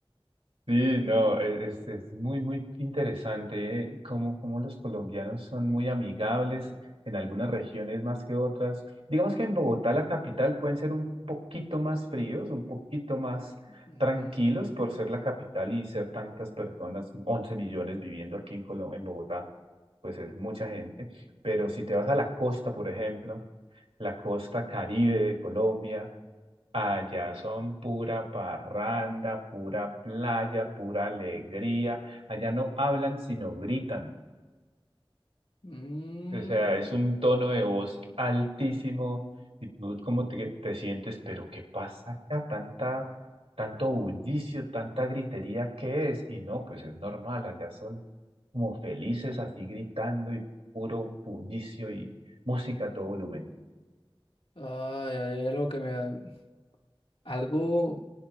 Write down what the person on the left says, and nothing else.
Mm,
mm.
Ay, ay, ay, algo que me algo